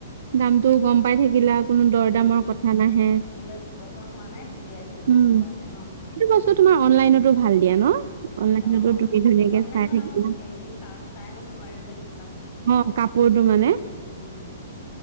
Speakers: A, on the right (about 50°); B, on the left (about 35°).
A: দামটো গম পাই থাকিলা কোনো দৰ
B: উম
A: দামৰ কথা নাহে
B: বোলে পচন্দ হোৱা নাই গুচি আহিলো
A: উম
B: নোলোৱাকে ন
A: সেইটো বস্তু তোমাৰ অনলাইনতো ভাল দিয়া ন অনলাইনতো
B: অ
A: তুমি ধুনীয়াকে
B: অনলাইনত
A: চাই থাকিলা
B: আকৌ হেৰি চা চাই ল'ব নোৱাৰি যে কি কাপোৰ
A: অ কাপোৰটো মানে
B: উম